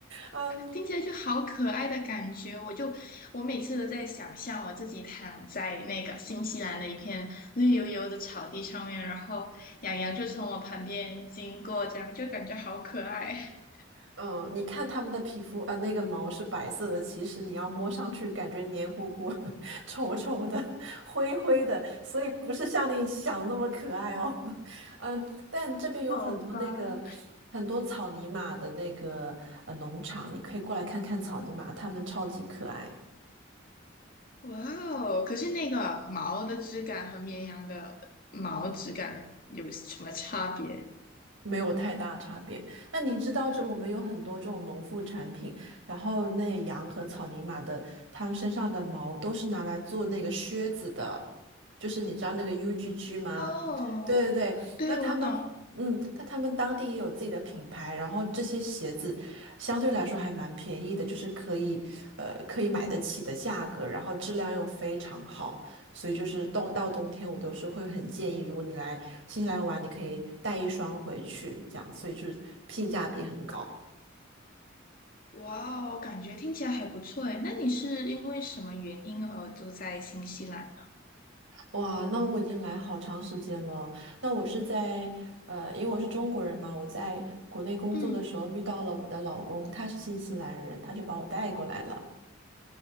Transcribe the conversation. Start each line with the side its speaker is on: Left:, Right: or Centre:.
Right: 嗯
Left: 听起来就好可爱的感觉。我就我每次都在想象我自己躺在那个新西兰的一片绿油油的草地上面，然后羊羊就从我旁边经过，这样就感觉好可爱。<laughs>
Right: 嗯，你看他们的皮肤，呃，那个毛是白色的，其实你要摸上去，感觉黏糊糊、<laughs> 稠稠的、灰灰的，所以不是像你想那么可爱哦。<laughs> 嗯，但这边有很多那个
Left: 好吧，
Right: 很多草泥马的那个呃农场，你可以过来看看草泥马，它们超级可爱。
Left: 哇哦！可是那个毛的质感和绵羊的毛质感有什么差别？
Right: 没有太大差别。那你知道这我们有很多这种农副产品，然后那羊和草泥马的，它们身上的毛都是拿来做那个靴子的，就是你知道那个 UGG 吗？
Left: 哦，
Right: 对对对，
Left: 对，
Right: 那他们。
Left: 我懂。
Right: 嗯，但他们当地也有自己的品牌，然后这些鞋子相对来说还蛮便宜的，就是可以，呃，可以买得起的价格，然后质量又非常好。所以就是到到冬天，我都是会很建议，如果你来新西兰玩，你可以带一双回去，这样，所以就是性价比很高。
Left: 哇哦，感觉听起来还不错诶。那你是因为什么原因而住在新西兰呢？
Right: 哇，那我已经来好长时间了。那我是在呃，因为我是中国人嘛，我在国内工作的时候遇到了我的老公，
Left: 嗯，
Right: 他是新西兰人，他就把我带过来了。